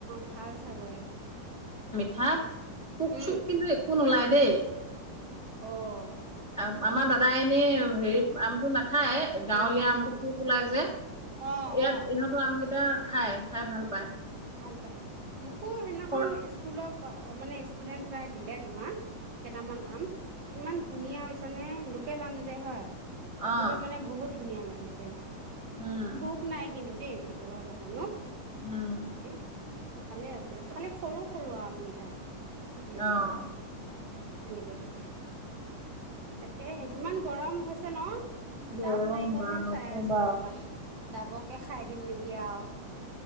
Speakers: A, on the right; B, on the left.
A: ভাল চাগৈ।
B: ধত, পুক-চুক
A: উম
B: কিন্তু একো নোলায় <inaudible>
A: অ'
B: আমাৰ দাদা এনেই হেৰি আমটো নাখায়, গাঁৱলীয়া
A: নাখায়
B: আমটো
A: অ
B: পোক ওলাই যে,
A: অ
B: ইয়াত
A: অ
B: ইহঁতৰ আম কেইটা এতিয়া খায়, খাই ভাল পায়।
A: ভাল পায় মুকু সেইদিনাখন
B: অ
A: স্কুলত মানে ষ্টুডেণ্ট এটাই দিলে তোমাক কেইটামান আম ইমান ধুনীয়া হৈছেনে লোকেল আম যে হয় খাবলৈ
B: অ
A: মানে বহুত ধুনীয়া লাগিছে
B: উম
A: পোক নাই কিন্তু দেই ভিতৰত অকণ ন <inaudible>
B: উম
A: ভালে আছিলে খালি সৰু সৰু আমকেইটা। টিকলো
B: অ'
A: টিকলো সেনেকে দিছে। তাকে ইমান গৰম হৈছে ন?
B: গৰম
A: দাব নাৰিকলহে
B: বা নকবা
A: চাই আছো ৰবা দাবকে খাই দিম নেকি আৰু